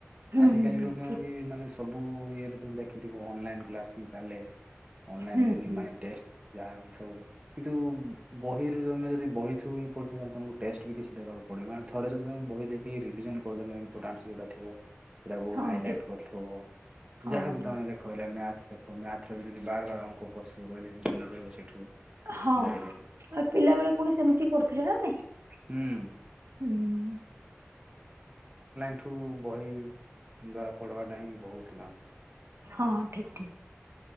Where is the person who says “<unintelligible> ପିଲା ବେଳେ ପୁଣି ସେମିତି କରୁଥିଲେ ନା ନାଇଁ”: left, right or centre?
Right